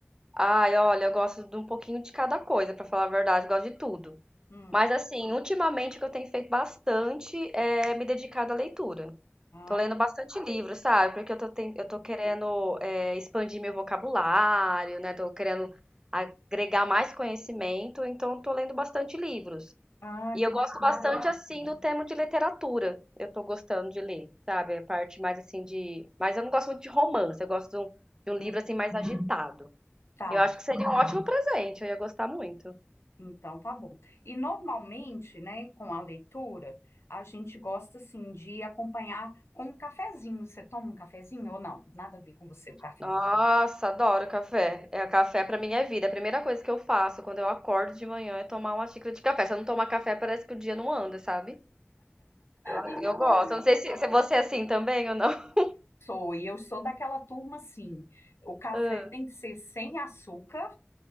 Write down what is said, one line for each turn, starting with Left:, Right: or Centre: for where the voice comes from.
Right: Ai, olha, eu gosto de um pouquinho de cada coisa, pra falar a verdade, gosto de tudo.
Left: Hum.
Right: Mas assim, ultimamente o que eu tenho feito bastante é me dedicado à leitura.
Left: Ah,
Right: Tô lendo
Left: que,
Right: bastante livro, sabe? Porque eu tô, ten- eu tô querendo é, expandir meu vocabulário, né? Tô querendo agregar mais conhecimento, então tô lendo bastante livros.
Left: ah,
Right: E
Left: que
Right: eu gosto
Left: bacana.
Right: bastante, assim, do tema de literatura. Eu tô gostando de ler, sabe? A parte mais, assim, de... Mas eu não gosto muito de romance, eu gosto de um, de um livro,
Left: Hum,
Right: assim, mais agitado.
Left: Tá,
Right: Eu acho que seria um ótimo presente, eu ia gostar muito.
Left: então tá bom. E normalmente, né, com a leitura, a gente gosta, assim, de acompanhar com um cafezinho. Você toma um cafezinho ou não? Nada a ver com você, o café.
Right: Nossa, adoro café. É, café pra mim é vida. A primeira coisa que eu faço quando eu acordo de manhã é tomar uma xícara de café. Se eu não tomar café, parece que o dia não anda, sabe? Eu,
Left: E me
Right: eu
Left: conta
Right: gosto.
Left: como
Right: Eu não sei
Left: eu
Right: se, se você é assim também ou não.
Left: sou. E eu sou daquela turma, assim, o café
Right: <laughs>
Left: tem que ser sem açúcar.